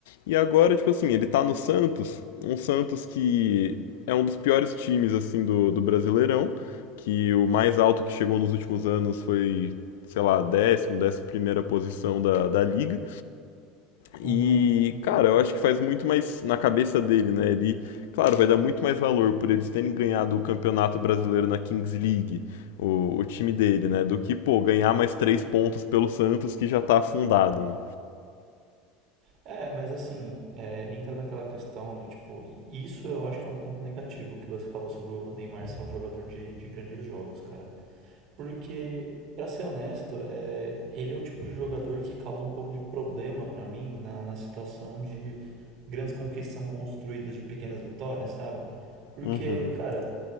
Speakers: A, on the left (about 75°); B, on the right (about 60°).
A: E agora, tipo assim, ele tá no Santos, um Santos que é um dos piores times, assim, do, do Brasileirão, que o mais alto que chegou nos últimos anos foi, sei lá, décimo, décima primeira posição da, da liga. E,
B: Aham.
A: cara, eu acho que faz muito mais na cabeça dele, né? Ele, claro, vai dar muito mais valor por eles terem ganhado o Campeonato Brasileiro na Kings League, o, o time dele, né? Do que, pô, ganhar mais três pontos pelo Santos que já tá afundado. né?
B: É, mas assim, é, entra naquela questão de tipo, isso eu acho que é um ponto negativo que você falou sobre o Neymar ser um jogador de, de grandes jogos, cara. Porque, pra ser honesto, é, ele é o tipo de jogador que causa um pouco de problema pra mim na, na situação de grandes conquistas são construídas de pequenas vitórias, sabe? Porque,
A: Uhum.
B: cara,